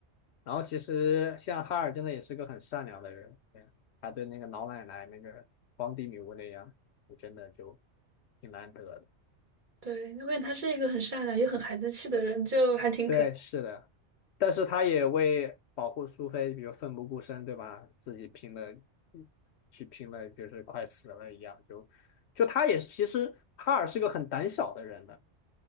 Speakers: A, on the left; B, on the right.
A: 然后其实像哈尔真的也是个很善良的人，对他对那个老奶奶那个皇帝女巫那样，我真的就挺难得的。
B: 对，我感觉他是一个很善良又很孩子气的人，就还挺可爱。
A: 对，是的，但是他也为保护苏菲，比如奋不顾身，对吧？自己拼了，去拼了，就是快死了一样。就就他也是其实哈尔是个很胆小的人的，